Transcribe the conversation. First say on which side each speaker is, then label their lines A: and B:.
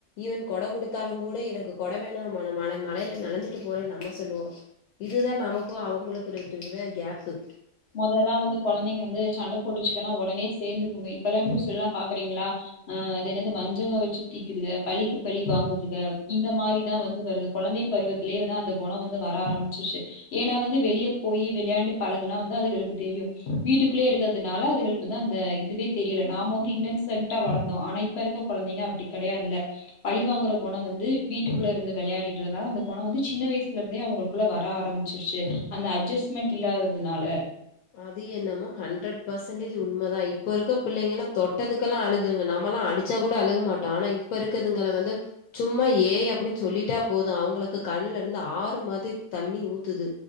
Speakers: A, on the left (about 80°); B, on the left (about 50°).
A: ஈவன் கொட குடுத்தாலு கூட எனக்கு கொட வேணாம்மா நா மன மழையில நலஞ்சிட்டு போறேன்னு நம்ம சொல்லுவோ இதுதா நமக்கு அவங்களுக்கு இரு இருக்குற கேப்பு
B: முதல்லா வந்து குழந்தைங்க வந்து சண்டை போட்டுச்சுக்கன்னா உடனே சேர்ந்துக்குங்க இப்பல்லா நியூஸ் எல்லாம பாக்குறீங்களா அ அது என்னது வஞ்சங்க வச்சு தீக்குதுங்க பழிக்கு பழி வாங்குதுங்க இந்த மாறிதா வந்து வருது கொழந்த பருவத்திலேயே வந்து அந்த குணோ வந்து வர ஆரம்பிச்சிருச்சு ஏன்னா வந்து வெளிய போயி விளையாண்டு பழகுனா வந்து அதுகளுக்கு தெரியு வீட்டுக்குள்ளயே இருக்கறதுனால அதுகளுக்கு வந்து அந்த இதுவே தெரியல நாம்ம வந்து இன்னச கரக்டா வளந்தோ ஆனா இப்ப இருக்க கொழந்தைங்க அப்படி கிடையாதுல்ல பழிவாங்கற குணோ வந்து வீட்டுக்குள்ள இருந்து விளையாடிட்டு இருந்தாலு அந்த குணோ வந்து சின்ன வயசுல இருந்தே அவங்களுக்குள்ள வர ஆரம்பி சேரி சேரி அந்த அட்ஜஸ்மென்ட் இல்லாததுனால
A: அது என்னமோ ஹண்ட்ரட் பெர்சன்டேஜ் உண்மைதா இப்ப இருக்க பிள்ளை எல்லா தொட்டத்துக்கெல்லா அழுதுங்க நம்மளாம் அடி ச்சா கூட அழுக மாட்டோ ஆனா இப்ப இருக்கதுங்க வந்து சும்மா ஏய் அப்டின்னு சொல்லிட்டா போது அவங்களுக்கு கண்ல இருந்து ஆறு மாதிரி தண்ணி ஊத்துது